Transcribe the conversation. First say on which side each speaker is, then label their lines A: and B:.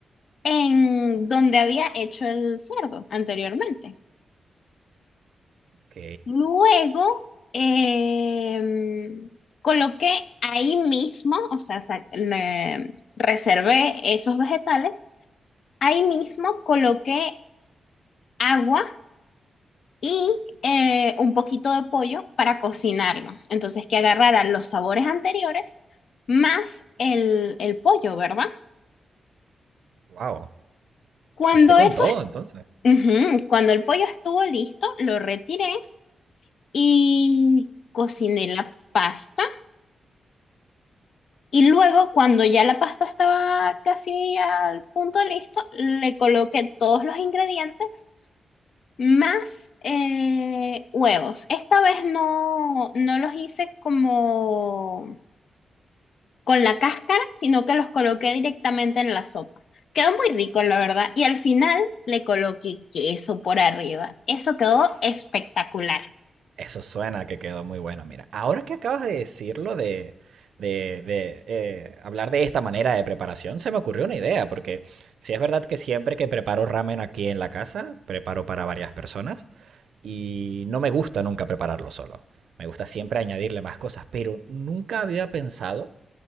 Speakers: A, on the left; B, on the right.
A: en donde había hecho el cerdo anteriormente.
B: Ok.
A: Luego em, coloqué ahí mismo, o sea, sa- le- reservé esos vegetales. Ahí mismo coloqué agua y eh, un poquito de pollo para cocinarlo. Entonces, que agarrara los sabores anteriores más el, el pollo, ¿verdad?
B: Wow.
A: Cuando
B: Fuiste con
A: eso,
B: todo entonces.
A: est- ujú, cuando el pollo estuvo listo, lo retiré y cociné la pasta Y luego, cuando ya la pasta estaba casi al punto de listo, le coloqué todos los ingredientes más eh, huevos. Esta vez no, no los hice como con la cáscara, sino que los coloqué directamente en la sopa. Quedó muy rico, la verdad. Y al final le coloqué queso por arriba. Eso quedó
B: Uf.
A: espectacular.
B: Eso suena que quedó muy bueno. Mira, ahora que acabas de decirlo de, de, de eh, hablar de esta manera de preparación, se me ocurrió una idea, porque si es verdad que siempre que preparo ramen aquí en la casa, preparo para varias personas y no me gusta nunca prepararlo solo. Me gusta siempre añadirle más cosas, pero nunca había pensado